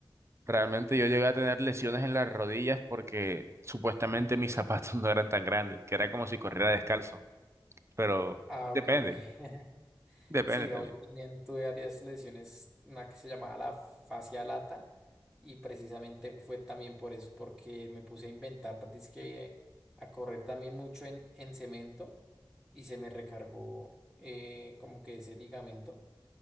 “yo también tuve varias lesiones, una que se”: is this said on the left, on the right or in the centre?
Centre